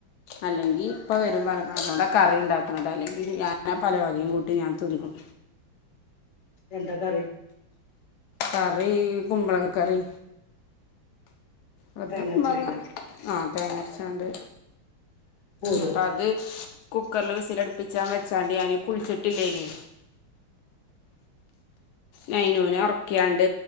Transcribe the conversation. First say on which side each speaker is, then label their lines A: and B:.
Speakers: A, on the left (about 80°); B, on the left (about 45°).
A: അല്ലെങ്കി ഇപ്പൊ വരും പറഞ് അതുകൊണ്ടാ കറി ഉണ്ടാക്കണത് അല്ലെങ്കി ഞാ ഞൻ പല വകയും കൂട്ടി ഞാൻ തിന്നും
B: എന്താ കറി
A: കറി കുമ്പളങ്ങ കറി വതക്കുമാങ്ങ
B: തേങ്ങരച്ചൊക്കെ
A: ആഹ് തേങ്ങാരച്ചാണ്ട്
B: പോരോ
A: അപ്പ അത് കുക്കർല് വിസിലടിപ് പിച്ചാൻ വെച്ചാണ്ട് ഞാന് കുളിച്ചിട്ടില്ലയ്നി നൈനൂന ഒറക് ക്യാണ്ട്